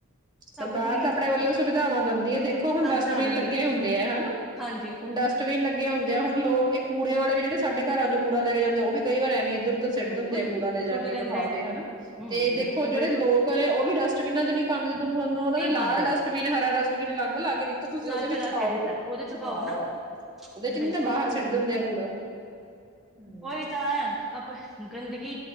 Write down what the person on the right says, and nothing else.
ਸਰਕਾਰ
ਤਾਂ ਆਪਣੇ ਵੱਲੋਂ ਸੁਵਿਧਾਵਾਂ ਦਿੰਦੀ ਐ ਦੇਖੋ, ਹੁਣ
ਡਸਟਬਿਨ
ਲੱਗੇ
ਹੁੰਦੇ ਆ ਹਨਾ,
ਹੁਣ ਡਸਟਬਿਨ ਲੱ ਅੱਗੇ ਹੁੰਦੇ ਐ ਲੋਕ ਇਹ ਕੁੜੇ ਵਾਲੇ ਵੀ ਜਿਹੜੇ ਸਾਡੇ ਘਰਾਂ ਚ ਕੂੜਾ ਲੈ ਕੇ ਜਾਂਦੇ ਉਹ ਵੀ ਕਈ ਵਾਰ ਐਵੀ ਇੱਧਰ ਉੱਧਰ ਸਿੱਟ
ਹੁੰਦੇ ਆ ਕੂੜਾ ਲੈ ਜਾ
ਕੇ ਲਿਫਾਫੇ
ਹਨਾ,
ਤੇ
ਦੇਖੋ। ਜਿਹੜੇ
ਲੋਕ ਨੇ ਉਹ ਵੀ ਡਸਟਬਿਨਾਂ ਚ ਨੀ ਪਾਦੇ ਜਦੋਂ ਤੁਹਾਨੂੰ ਉਹਨਾਂ
ਨੇ ਲਾਲ
ਡਸਟਬਿਨ ਹਰਾ ਡਸਟਬਿਨ ਅਲੱਗ ਲਾ ਕੇ ਦਿੱਤਾ, ਤੁਸੀਂ
ਉਹਦੇ ਵਿੱਚ
ਪਾਓ
ਨਾ,
ਹਾਂ,
ਉਹਦੇ ਚ
ਵੀ ਨਾ ਬਾਹਰ ਸੁਟ ਦਿੰਦੇ ਆ ਕੂੜਾ, ਹੂੰ।